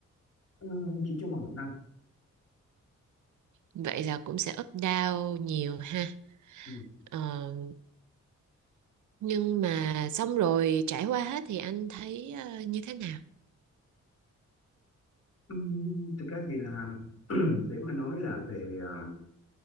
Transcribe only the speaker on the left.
Ừ, chỉ trong vòng một năm
ừ.
Ừm, thực ra thì là <clears throat> để mà nói là về ờ,